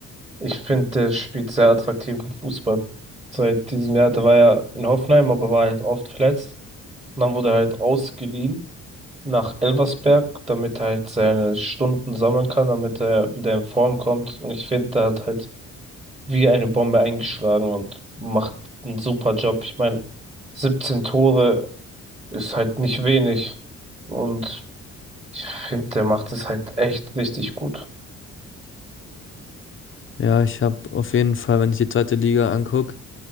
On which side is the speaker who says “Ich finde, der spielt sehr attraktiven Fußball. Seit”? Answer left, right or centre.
Right